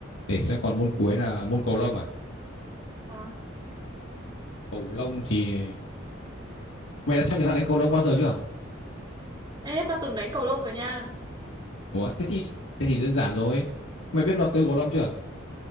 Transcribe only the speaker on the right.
à.
ê tao từng đánh cầu lông rồi nha